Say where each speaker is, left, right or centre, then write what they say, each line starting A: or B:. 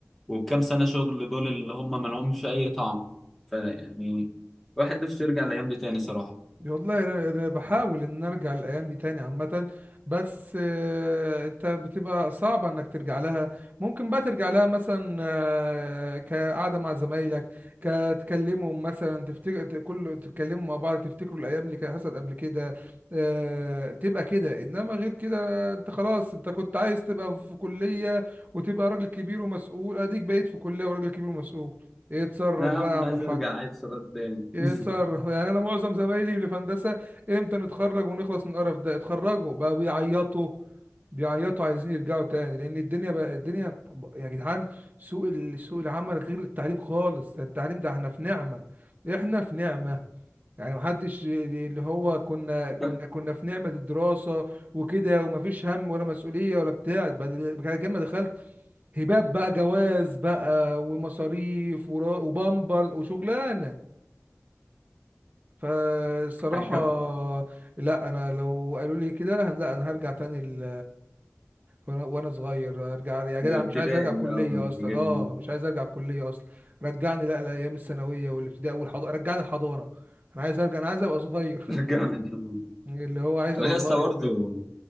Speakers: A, in the centre; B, on the right (about 35°).
A: والكام سنة شغل دول اللي هم ما لهمش أي طعم فيعني الواحد نفسه يرجع الأيام دي تاني صراحة
B: والله انا انا بحاول ان أنا ارجع الايام دي تاني عامه بس آه، انت بتبقى صعبه انك ترجع لها ممكن بقى ترجع لها مثلا آه، كقعده مع زمايلك كتكلمهم مثلا تفتكر ت- كل تتكلموا مع بعض تفتكروا الايام اللي كانت حصلت قبل كده آه، تبقى كده انما غير كده انت خلاص انت كنت عايز تبقى في كليه وتبقى راجل كبير ومسؤول اديك بقيت في كليه وراجل كبير ومسؤول ايه، اتصرف
A: أنا يا
B: بقى
A: عم
B: يا
A: أنا
B: عم
A: عايز
B: الحاج
A: أرجع عيل صغير تاني
B: يتصرف
A: <laughs>
B: يعني انا معظم زمايلي اللي في هندسه امتى نتخرج ونخلص من القرف ده اتخرجوا بقوا بيعيطوا بيعيطوا عايزين يرجعوا تاني لان الدنيا بقى الدنيا يا جدعان سوق ال- سوق العمل غير التعليم خالص ده التعليم ده احنا في نعمة احنا في نعمة يعني محدش اللي هو كنا
A: وكل
B: كنا كنا في نعمة الدراسة وكده ومفيش هم ولا مسؤولية ولا بتاع بعد بعد كده ما دخلت هباب بقى جواز بقى ومصاريف ورا- وبامبر وشغلانة فالصراحة
A: حاجة
B: لا انا لو قالوا لي كده هن- لا انا هرجع تاني ل... وانا وأنا صغير ارجع يا جدع
A: من الابتدائي
B: مش عايز ارجع كلية
A: بقى والحاجات
B: اصلا اه
A: دي
B: مش عايز ارجع كلية اصلا رجعني لا لايام الثانوية والابتدائي والحضانة رجعني الحضانة انا عايز ارجع انا عايز ابقى صغير
A: رجعنا الجنون
B: <laughs> اللي هو عايز
A: أنا
B: ابقى
A: لسه
B: صغير
A: برضه
B: تاني